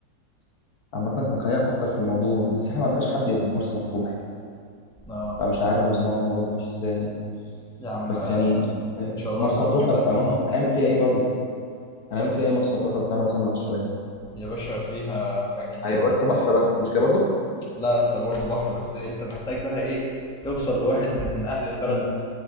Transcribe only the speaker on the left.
عامة انت هتخليني افكر في الموضوع بس احنا ما عندناش حد يبقى في مرسى مطروح يعني
فمش عارف بصراحة الموضوع ده مش ازاي يعني.
بس
يعني آه،
مرسى
مطروح لو
طلعناها هنعمل فيها ايه برضو هنعمل فيها ايه مرسى مطروح لو طلعنا مثلا مع الشباب
هيبقى
بس بحر
بس مش كده برضو
مم.